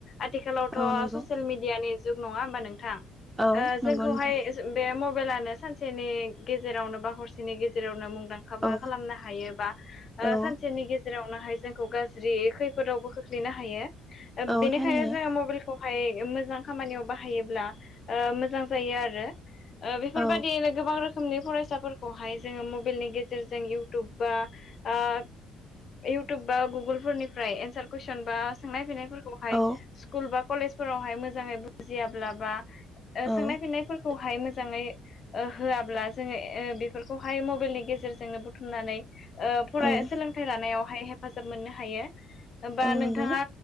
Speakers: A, on the left; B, on the right.
A: आथिखालावथ'
B: औ नंगौ
A: ससियेल मिडियानि जुग नङा होमबा नोंथां
B: औ नंगौ
A: जोंखौहाय
B: नोंथां
A: बे मबाइलानो। सानसेनि गेजेरावनो बा हरसेनि गेजेरावनो मुं दांखाबो
B: औ
A: खालामनो हायो बा ओ
B: औ
A: सानसेनि गेजेर <unintelligible> जोंखौ गाज्रि खैफोदावबो खोख्लैनो हायो।
B: औ
A: बेनिखायनो
B: थारैनो
A: जोङो मबाइलखौ हाय मोजां खामानियाव बाहायोब्ला ओ मोजां जायो आरो। ओ बेफोरबादियैनो
B: औ
A: गोबां रोख खोमनि फरायसाफोरखौहाय जोङो मबाइलनि गेजेरजों इउटुब बा ओ इउटुब बा गुगोलफोरनिफ्राय एन्सार कुइसन बा सोंनाय फिनायफोरखौहाय
B: औ
A: स्कुल बा कलेजफोरावहाय मोजाङै बुजियाब्ला बा
B: औ
A: सोंनाय फिन्नायफोरखौहाय मोज जाङै होआब्ला जोङो ओ बेफोरखौहाय मबाइलनि गेजेरजोंनो बुथुमनानै ओ फराय
B: औ
A: सोलोंथाइ लानायावहाय हेफाजाब मोननो हायो बा
B: औ
A: नोंथाङा
B: नंगौ